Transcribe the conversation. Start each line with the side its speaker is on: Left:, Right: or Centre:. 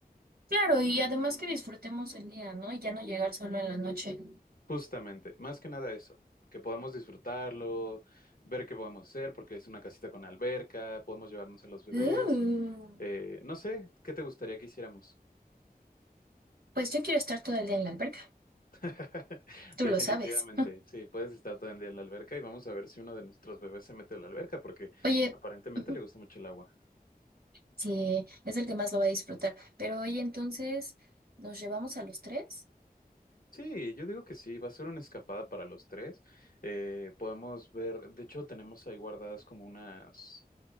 Right: Claro, y además que disfrutemos el día, ¿no? Y ya no llegar solo en la noche.
Left: Justamente, más que nada eso, que podamos disfrutarlo, ver qué podemos hacer, porque es una casita con alberca, podemos llevarnos a los bebés.
Right: Uh,
Left: Eh, no sé, ¿qué te gustaría que hiciéramos?
Right: pues yo quiero estar todo el día en la alberca,
Left: <laughs>
Right: tú
Left: Definitivamente,
Right: lo sabes.
Left: sí, puedes estar todo el día en la alberca y vamos a ver si uno de nuestros bebés se mete a la alberca, porque
Right: <laughs> Oye,
Left: aparentemente
Right: ujú,
Left: le gusta mucho el agua.
Right: sí, es el que más lo va a disfrutar, pero oye, entonces, ¿nos llevamos a los tres?
Left: Sí, yo digo que sí, va a ser una escapada para los tres. Eh, podemos ver, de hecho, tenemos ahí guardadas como unas...